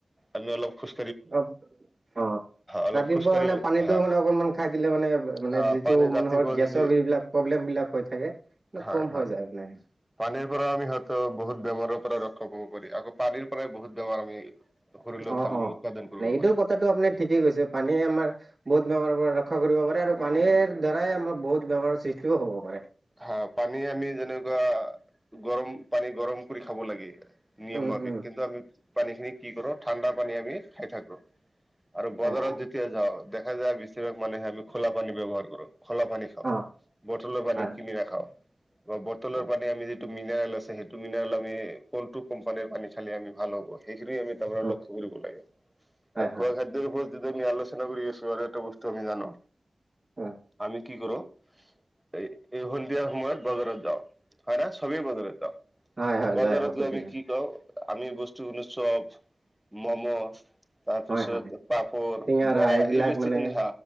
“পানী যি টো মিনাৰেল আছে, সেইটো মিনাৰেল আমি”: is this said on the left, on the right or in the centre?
Centre